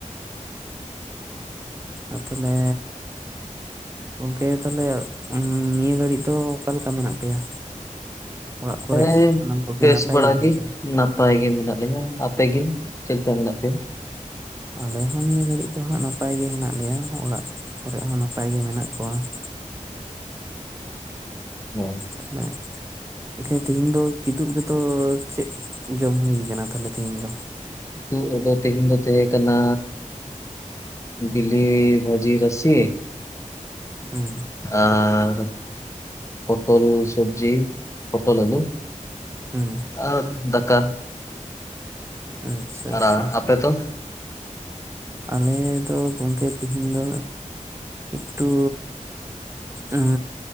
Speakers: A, on the right; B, on the left.
A: ᱟᱨ ᱛᱟᱦᱚᱞᱮ ᱜᱚᱢᱠᱮ ᱛᱟᱦᱟᱞᱮ ᱱᱤᱭᱟᱹ ᱜᱷᱟᱹᱲᱤᱡ ᱫᱚ ᱚᱠᱟ ᱞᱮᱠᱟ ᱢᱮᱱᱟᱜ ᱯᱮᱭᱟ ᱚᱲᱟᱜ ᱠᱚᱨᱮ
B: ᱦᱮᱸ
A: ᱥᱟᱱᱟᱢ ᱠᱚᱜᱮ
B: ᱵᱮᱥ
A: ᱱᱟᱯᱟᱭ
B: ᱵᱟᱲᱟᱜ
A: ᱜᱮᱭᱟ
B: ᱜᱮ
A: ᱠᱚ ᱥᱮ
B: ᱱᱟᱯᱟᱭ ᱜᱮ ᱢᱮᱱᱟᱜ ᱞᱮᱭᱟ ᱟᱯᱮ ᱜᱮ ᱪᱮᱫ ᱞᱮᱠᱟ ᱢᱮᱱᱟᱜ ᱯᱮᱭᱟ
A: ᱟᱞᱮ ᱦᱚᱸ ᱱᱤᱭᱟᱹ ᱜᱷᱟᱹᱲᱤᱡ ᱫᱚ ᱦᱟᱸᱜ ᱱᱟᱯᱟᱭ ᱜᱮ ᱦᱮᱱᱟᱜ ᱞᱮᱭᱟ ᱚᱲᱟᱜ ᱠᱚᱨᱮᱜ ᱦᱚᱸ ᱱᱟᱯᱟᱭ ᱜᱮ ᱢᱮᱱᱟᱜ ᱠᱚᱣᱟ <inaudible>
B: ᱚ
A: ᱛᱟᱦᱚᱞᱮ ᱟᱪᱪᱷᱟ ᱛᱮᱦᱤᱧ ᱫᱚ ᱠᱤᱫᱩᱵ ᱨᱮᱫᱚ ᱪᱮᱫ ᱡᱚᱢ ᱦᱩᱭᱩ ᱠᱟᱱᱟ ᱛᱟᱦᱚᱞᱮ ᱛᱮᱦᱤᱧ ᱫᱚ
B: ᱠᱤᱫᱩᱵ ᱨᱮᱫᱚ ᱛᱮᱦᱮᱧ ᱫᱚ ᱛᱟᱦᱮᱸ ᱠᱟᱱᱟ ᱵᱤᱞᱤ ᱵᱷᱟᱹᱡᱤ ᱨᱟᱥᱤ
A: ᱦᱩᱸ
B: ᱟᱨ ᱯᱚᱴᱚᱞ ᱥᱚᱵᱡᱤ ᱯᱚᱴᱚᱞ ᱟᱞᱩ
A: ᱦᱩᱸ
B: ᱟᱨ ᱫᱟᱠᱟ
A: ᱟᱪᱪᱷᱟ
B: ᱟᱨ
A: ᱟᱪᱪᱷᱟ
B: ᱟᱯᱮ ᱫᱚ
A: ᱟᱞᱮ ᱫᱚ ᱜᱚᱢᱠᱮ ᱛᱮᱦᱤᱧ ᱫᱚ ᱮᱠᱴᱩ ᱦᱚᱸ